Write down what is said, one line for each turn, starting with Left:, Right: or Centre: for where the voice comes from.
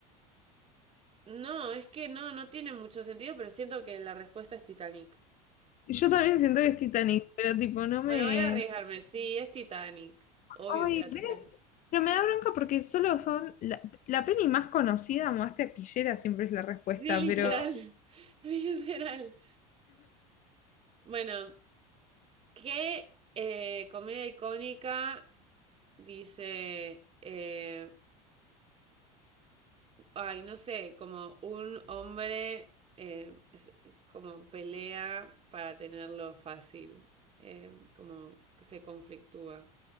Right: No, es que no, no tiene mucho sentido, pero siento que la respuesta es Titanic.
Left: Yo también siento que es Titanic, pero tipo, no
Right: Bueno,
Left: me...
Right: voy a arriesgarme. Sí, es Titanic. Obvio
Left: Ay,
Right: que era
Left: ¿ves?
Right: Titanic.
Left: Pero me da bronca porque solo son... La, la peli más conocida, más taquillera, siempre es la respuesta,
Right: Sí, literal.
Left: pero
Right: <laughs> Literal. Bueno, ¿qué eh, comedia icónica dice, eh, ay, no sé, como un hombre eh, es- como pelea para tenerlo fácil, eh, como que se conflictúa?